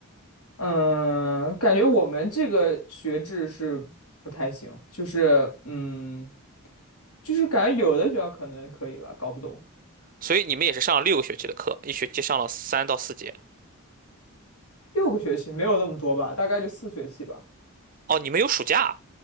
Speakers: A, on the left; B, on the right.
A: 嗯，感觉我们这个学制是不太行，就是嗯，就是感觉有的学校可能可以吧，搞不懂，
B: 所以你们也是上了六个学期的课，一学期上了三到四节。
A: 六个学期没有那么多吧，大概就四学期吧。
B: 哦，你们有暑假？